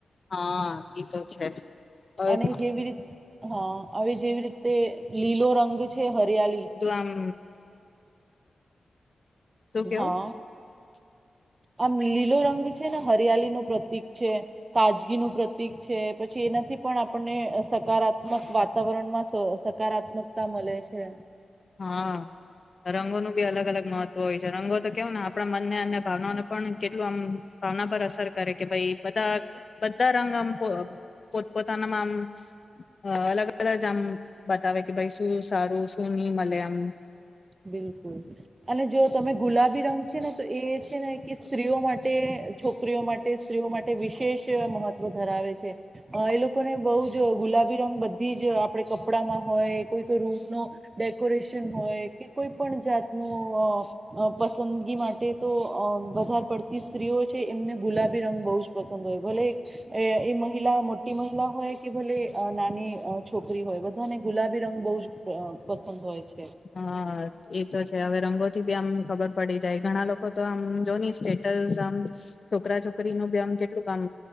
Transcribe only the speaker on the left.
હા ઈ તો છે. હવે
તો
આમ શું કેવું
હા, રંગોનું ભી અલગ અલગ મહત્વ હોય છે રંગો તો કેવ ને આપણા મનને અને ભાવનાને પણ કેટલું આમ ભાવના પર અસર કરે કે ભાઈ બધા બધા રંગ આમ પોતપોતાનામાં આમ, અલગ અલગ જમ બતાવે કે ભાઈ શું સારું ની મલે આમ.
હા. એતો છે હવે રંગોથી બી આમ ખબર પડી જાય ઘણા લોકો તો જોની સ્ટેટ સ આમ છોકરા છોકરી નું બી આમ કેટલું કામ